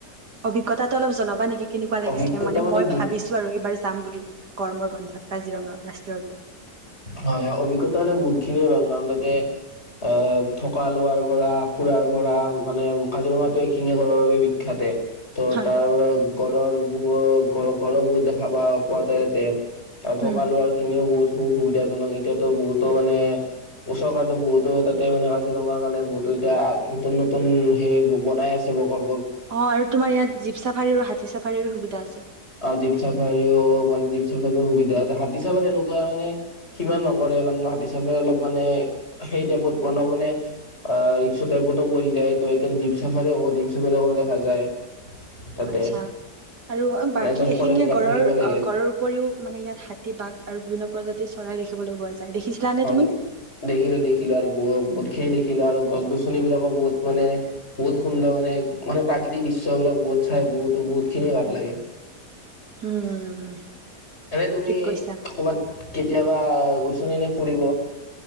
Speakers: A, on the right; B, on the left.
A: অভিজ্ঞতাটো অলপ জনাবা নেকি? কেনেকোৱা লাগিছিলে
B: অভিজ্ঞতা
A: মানে মই
B: বহুত
A: ভাবিছোঁ আৰু এইবাৰ যাম বুলি গৰমৰ বন্ধত কাজিৰঙা ৰাষ্ট্ৰীয় উদ্যান।
B: হয় অভিজ্ঞতা হলে বহুত খিনিয়ে ভাল কাৰণ তাতে অ থকা লোৱাৰ পৰা ফুৰাৰ পৰা মানে কাজিৰঙাটো এশিঙীয়া গড়ৰ বাবে বিখ্যাতে তো
A: হয়।
B: তাৰপৰা কলৰ গুও, কলৰ গু দেখা পাও পোৱা যায় তাতে থকা
A: উম,
B: লোৱা খিনিও বহুত সু সুবিধাজনক। এতিয়াতো বহুতো মানে চৰকাৰো বহুতো তাতে মানে কাজিৰঙাৰ কাৰণে বহুতো এতিয়া নতুন নতুন হে বনাই আছে প্ৰকল
A: অ আৰু তোমাৰ এইয়াত জীপ চাফাৰীৰো, হাতী চাফাৰীৰো সুবি আছে।
B: অ জীপ চাফাৰীও মানে জীপ চাফাৰীও সুবিধা আছে। হাতী চাফাৰী এনেকুৱা মানে সিমান নকৰে, কাৰণ হাতী চাফাৰী অলপ মানে সেই টাইপত <unintelligible> মানে ৰিক্সা টাইপতো পৰি যায়। ত সেইকাৰণে জীপ চাফাৰী জীপ চাফাৰ কৰা দেখা যায়। তাতে
A: আচ্ছা আৰু বাক
B: এজন
A: এশেঙীয়া
B: ফৰেষ্ট গাৰ্ড
A: গঁড়ৰ
B: থাকিব লাগে
A: গড়ৰ উপৰিও মানে ইয়াত হাতী, বাঘ আৰু বিভিন্ন প্ৰজাতিৰ চৰাই দেখিবলৈ পোৱা যায়। দেখিছিলানে
B: অ
A: তুমি
B: দেখিলো, দেখিলো আৰু ব বহুত খিনি দেখিলো আৰু গছ-গছনিবিলাকো বহুত মানে বহুত সুন্দৰ মানে মানে প্ৰাকৃতিক দৃশ্যবিলাক বহুত চাই বহুত বহুত খিনিয়ে ভাল লাগে।
A: উম।
B: এনে তুমি
A: ঠিক কৈছা
B: কবাত কেতিয়াবা গৈছ নে এনে ফুৰিব?